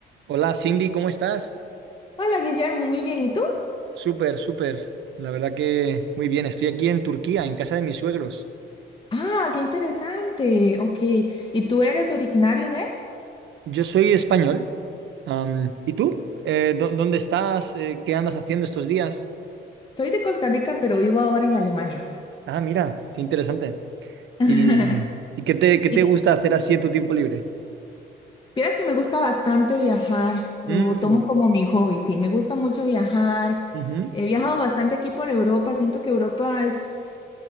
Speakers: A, on the right (about 70°); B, on the left (about 25°).
A: Hola Cindy, ¿cómo estás?
B: Hola Guillermo, muy bien. ¿Y tú?
A: Súper, súper. La verdad que muy bien. Estoy aquí en Turquía, en casa de mis suegros.
B: Ah, qué interesante. Ok. ¿Y tú eres originario de?
A: Yo soy español. Am, ¿y tú? Eh, ¿dó- ¿dónde estás? Eh, ¿qué andas haciendo estos días?
B: Soy de Costa Rica, pero vivo ahora en Alemania.
A: Ah, mira, qué interesante.
B: <laughs>
A: ¿Y, y qué te, qué
B: Y
A: te gusta hacer así en tu tiempo libre?
B: vieras que me gusta bastante viajar. Lo
A: Mm,
B: tomo como mi hobby, sí. Me gusta mucho viajar.
A: ujú,
B: He viajado bastante aquí por Europa. Siento que Europa es,